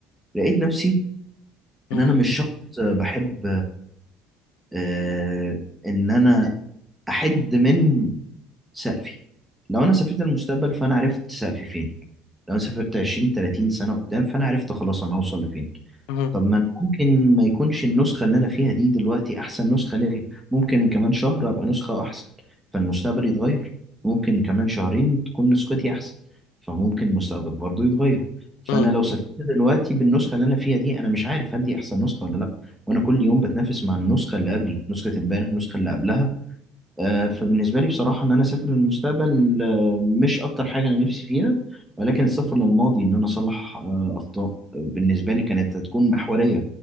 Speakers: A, in the centre; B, on the left.
A: لقيت نفسي
B: مهم،
A: إن أنا مش شخص آه، بحب آه، إن أنا أحد من سقفي لو أنا سافرت المستقبل فأنا عرفت سقفي فين لو أنا سافرت 20 30 سنة قدام فأنا عرفت خلاص أنا هوصل لفين
B: مهم،
A: طب ما أنا ممكن ما يكونش النسخة اللي أنا فيها دي دلوقتي أحسن نسخة ليا ممكن كمان شهر أبقى نسخة أحسن فالمستقبل يتغير ممكن كمان شهرين تكون نسختي أحسن فممكن المستقبل برضو يتغير فأنا
B: مهم.
A: لو سافرت دلوقتي بالنسخة اللي أنا فيها دي أنا مش عارف هل دي أحسن نسخة ولا لأ وأنا كل يوم بتنافس مع النسخة اللي قبلي نسخة امبارح النسخة اللي قبلها آه، فبالنسبة لي بصراحة إن أنا أسافر للمستقبل آه، مش أكتر حاجة أنا نفسي فيها ولكن السفر للماضي إن أنا أصلح آه، أخطاء آه، بالنسبة لي كانت هتكون محورية